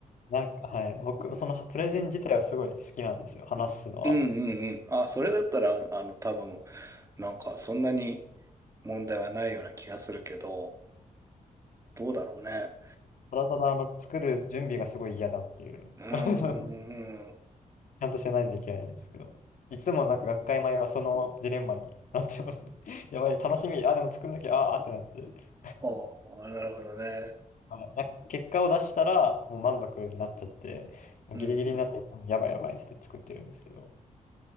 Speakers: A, on the left; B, on the right.
A: なんか、はい。僕、そのプレゼン自体はすごい好きなんですよ。話すのは。
B: うんうんうん。あ、それだったら、あの、多分、なんかそんなに問題はないような気がするけど、どうだろうね。
A: ただただ、あの、作る準備がすごい嫌だっていう。
B: うん、
A: <laughs>
B: うんうん
A: ちゃんとしないといけないんですけど。いつもなんか学会前はそのジレンマになってますね。<laughs> やばい、楽しみ。あ、でも作んなきゃ、ああーってなって。
B: ああ、なるほどね。
A: <laughs> はいなんか結果を出したら、もう満足になっちゃって、もうギリギリになって、
B: うん。
A: やばいやばいって言って作ってるんですけど。